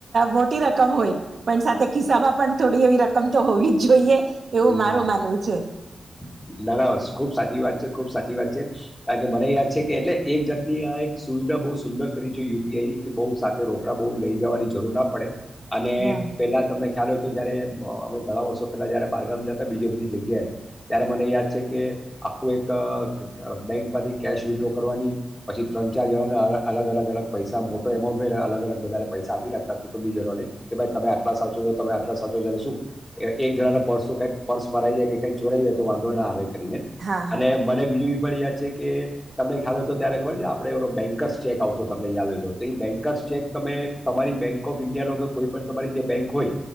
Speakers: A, on the right; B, on the left.
A: મોટી રકમ હોય પણ સાથે ખિસ્સા માં પણ થોડી એવી રકમ તો હોવી જ જોઈએ.
B: હમ
A: એવું મારું માનવું છે
B: નાના ખુબ સાચી વાત છે ખુબ સાચી વાત છે. છે કારણ કે મને યાદ છે કે એટલે એક જાતની આ એક સુવિધા બહુ સુંદર કરીવી જોઈએ યુપીઆઈની કે બહુ સાથે રોકડા બહુ લઈ જવાની જરૂર ના પડે. અને
A: હમ
B: પેલા તમને ખ્યાલ હોય તો જયારે અમે ઘણા વર્ષો પેલા જયારે બારગામ જતા બીજી બધી જગ્યાએ ત્યારે મને યાદ છે કે આખું એક બેંકમાંથી કેશ વિડ્રો કરવાની પછી ત્રણ ચાર જણાના અલગ અલગ અલગ પૈસા મોટો એમાઉન્ટ હોયને અલગ અલગ બધાને પૈસા આપી રાખતા કુટુંબીજનોને કે ભાઈ તમે આટલા સાચો છ તમે આટલા સાચો જ્યારે શું એક જણાના પર્સ શું કઈ પર્સ ભરાઈય કે કંઈ ચોરાઈય તો વાંધો ના આવે. કરીને
A: હા હા
B: અને મને બીજું પણ યાદ છે કે તમને ખ્યાલ હોય તો ત્યારે ખબર છે આપણે એ બેન્કર્સ ચેક આવતો તમને યાદ હોય તો તો એ બેન્કર્સ ચેક તમે તમારી બેંક ઓફ ઈન્ડિયાનો કે કોઈ પણ તમારી જે બેંક હોય